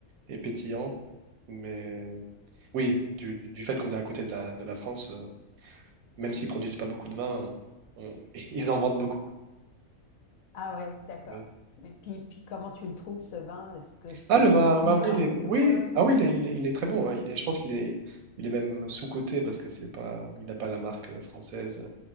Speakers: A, on the right; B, on the left.
A: et pétillants. Mais oui, du, du fait qu'on est à côté de la, de la France, euh, même s'ils produisent pas beaucoup de vin, on- <laughs> ils en vendent beaucoup.
B: Ah ouais, d'accord.
A: Ouais.
B: Mais puis, puis comment tu le trouves, ce vin? Est-ce que c'est,
A: Ah, le vin,
B: c'est buvable
A: au Bargello, il est... Oui,
B: ou... euh,
A: ah oui, il est, il est- il est très bon. hein. Il est, je pense qu'il est, il est même sous-coté parce que c'est pas, il n'a pas la marque française